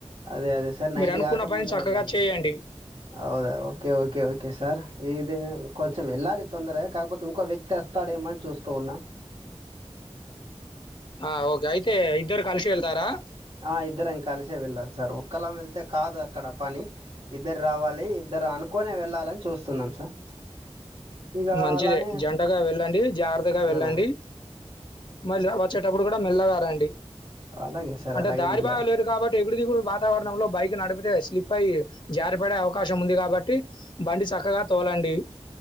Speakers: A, on the right; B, on the left.
A: అదే అదే సార్ నైట్
B: మీరు అనుకున్న
A: కాకముందే
B: పని చక్కగా
A: వెళ్ళాలి
B: చేయండి.
A: అవుదా ఓకే ఓకే ఓకే సార్ ఇది కొంచెం వెళ్ళాలి. తొందరె కాకపోతే ఇంకో వ్యక్తి వస్తాడేమో అని చూస్తూఉన్నా.
B: ఆ ఓకే అయితే ఇద్దరు కలిసి వెళ్తారా.
A: ఆ ఇద్దరం కలిసే వెళ్ళాలి సార్, ఒక్కళం వెళ్తే కాదు అక్కడ పని ఇద్దరు రావాలి, ఇద్దరు అనుకునే వెళ్ళాలని చూస్తున్నాం సార్. ఇక
B: మంచిదే
A: అలానే
B: జంటగా వెళ్ళండి. జాగ్రత్తగా వెళ్ళండి
A: ఆ
B: మళ్ళ వచ్చక్ టప్పుడు కూడా మెల్లగా రండి
A: అలాగే సార్
B: అంటే
A: అలాగే
B: దారి
A: మెల్లె
B: బాగా లేదు కాబట్టి ఎగుడు దిగుడు బాగ్ వాతావరణంలో బైక్ నడిపితే స్లిప్ అయ్యి జారిపడే అవకాశం ఉంది కాబట్టి బండి చక్కగా తోలండి.